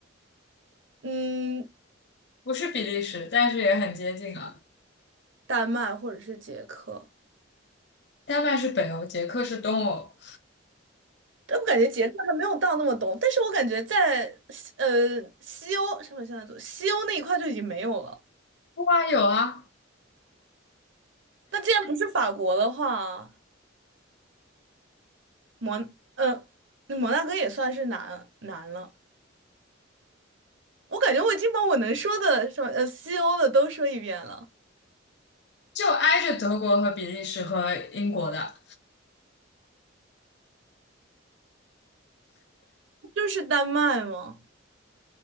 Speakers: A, on the right; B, on the left.
A: 嗯
B: 不是比利时，但是也很接近啊。
A: 丹麦或者是捷克。
B: 丹麦是北欧，捷克是东欧。
A: 但我感觉捷克还没有到那么懂，但是我感觉在呃西欧什么现在做西欧那一块就已经没有了。
B: 哇，有啊，
A: 那既然不是法国的话，摩呃那摩纳哥也算是难难了。我感觉我已经把我能说的什么呃西欧的都说一遍了，
B: 就挨着德国和比利时和英国的，
A: 就是丹麦吗？